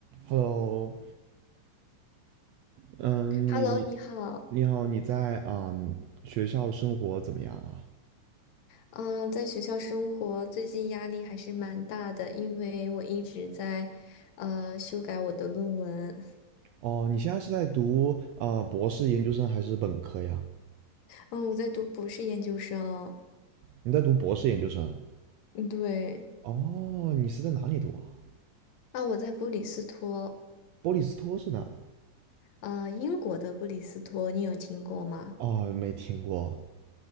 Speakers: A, on the right; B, on the left.
A: Hello，嗯，你
B: Hello，你好。
A: 你好，你在啊、学校生活怎么样啊？
B: 嗯，在学校生活最近压力还是蛮大的，因为我一直在呃修改我的论文。
A: 哦，你现在是在读呃博士研究生还是本科呀？
B: 嗯，我在读博士研究生。
A: 你在读博士研究生？
B: 嗯，对。
A: 哦，你是在哪里读啊？
B: 啊，我在布里斯托，
A: 波利斯托是哪呢？
B: 呃，英国的布里斯托，你有听过吗？
A: 哦，没听过。